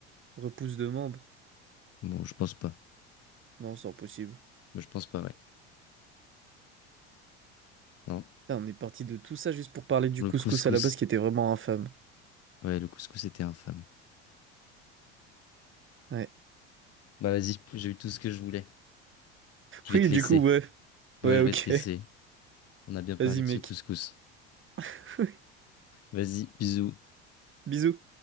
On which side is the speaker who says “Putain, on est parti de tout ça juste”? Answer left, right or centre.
Right